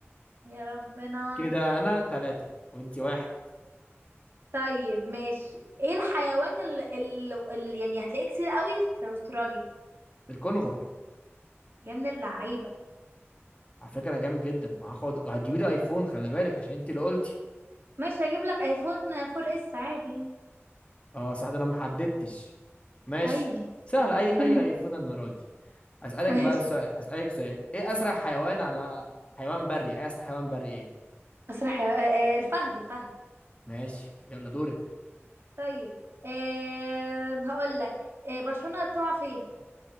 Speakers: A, on the right (about 55°); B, on the left (about 25°).
A: يا ربنا
B: كده انا ثلاثة وانتي واحد
A: طيب ماشي ايه الحيوان اللي, اللي يعني هتلاقيه كتير قوي في أستراليا
B: الكونغر
A: يا من اللعيبة
B: على فكره انا جامد جدا وهاخد وهتجيبي لي ايفون خلي بالك عشان انت اللي قلتي
A: ماشي هجيب لك ايفون 4 اس عادي يعني.
B: اه صح ده انا ما حددتش ماشي
A: ايوه
B: سهل اي
A: <laughs>
B: اي ايفون انا راضي اسالك
A: ماشي
B: بقى سؤال اسالك سؤال ايه اسرع حيوان على حيوان بري ايه اسرع حيوان بري ايه
A: مسرح يا- آه، آه، الفهد الفهد
B: ماشي يلا دورك
A: طيب آه، هقول لك آه، برشلونة تقع فين